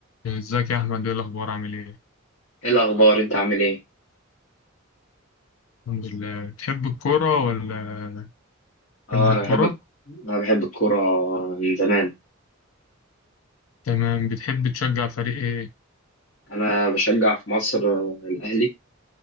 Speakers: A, on the left (about 80°); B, on the left (about 65°).
A: ازيك يا احمد ايه الاخبار عامل ايه
B: ايه الاخبار انت عامل ايه
A: الحمد لله بتحب الكوره ولا
B: اه
A: بتحب الكوره
B: انا بحب الك- انا بحب الكوره من زمان
A: تمام بتحب تشجع فريق ايه
B: انا بشجع في مصر آه، الاهلي